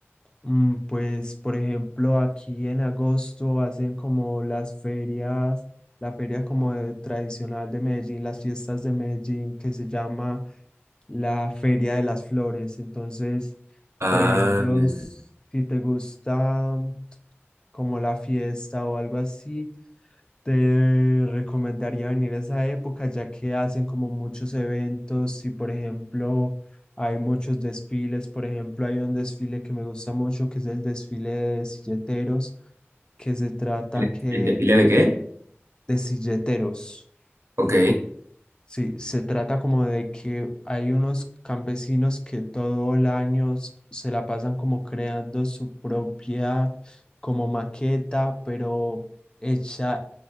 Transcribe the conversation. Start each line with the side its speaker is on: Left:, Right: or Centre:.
Left: Mm, Pues, por ejemplo, aquí en agosto hacen como las ferias, la feria como de- tradicional de Medellín, las fiestas de Medellín, que se llama la Feria de las Flores. Entonces,
Right: Ah,
Left: por ejemplo,
Right: bien.
Left: s- si te gusta como la fiesta o algo así, te recomendaría venir a esa época ya que hacen como muchos eventos y por ejemplo hay muchos desfiles, por ejemplo hay un desfile que me gusta mucho que es el desfile de silleteros que se trata
Right: ¿El
Left: que
Right: el desfile de qué?
Left: de silleteros.
Right: Ok.
Left: Sí, se trata como de que hay unos campesinos que todo el año s- se la pasan como creando su propia como maqueta, pero hecha